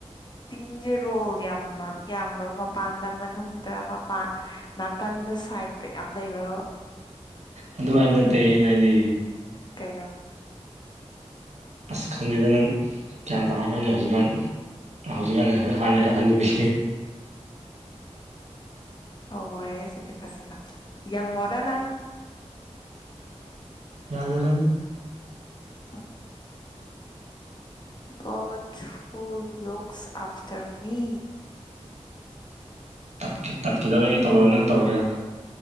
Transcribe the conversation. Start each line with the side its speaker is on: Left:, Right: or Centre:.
Left: ꯇꯤꯡꯁꯦ ꯔꯣꯜ ꯌꯥꯝ ꯌꯥꯝꯕ꯭ꯔꯣ ꯃꯄꯥꯟꯗ ꯃꯅꯨꯡꯗ ꯃꯄꯥꯟ ꯅꯥꯀꯟꯗ ꯁꯥꯏꯗꯇ ꯌꯥꯝ ꯂꯩꯕ꯭ꯔꯣ
Right: ꯑꯗꯨ ꯍꯥꯏꯕ ꯅꯠꯇꯦ ꯑꯩꯅ ꯍꯥꯏꯗꯤ
Left: ꯀꯩꯩꯅꯣ
Right: ꯑꯁ ꯈꯪꯗꯦꯗ ꯅꯪ ꯒ꯭ꯌꯥꯟ ꯇꯥꯔꯅꯦ ꯍꯧꯖꯤꯛꯀꯥꯟ ꯍꯧꯖꯤꯛꯀꯥꯟ ꯍꯥꯟꯅꯩ ꯍꯟꯅꯕꯤ
Left: ꯍꯧꯔꯦ ꯁꯤꯗꯤ ꯐꯖꯅ ꯌꯪꯉꯣꯔ ꯅꯪ
Right: ꯌꯥꯖꯔꯅꯤ
Left: <unintelligible> ꯒ‌ꯣꯠ ꯍꯨ ꯂꯨꯛꯁ ꯑꯥꯐꯇꯔ ꯃꯤ
Right: ꯇꯠ ꯇꯠꯈꯤꯗ‌ꯧꯔꯦ ꯑꯩ ꯇꯧꯔ‌ꯣ ꯅꯪ ꯇꯧꯔꯒꯦꯔꯥ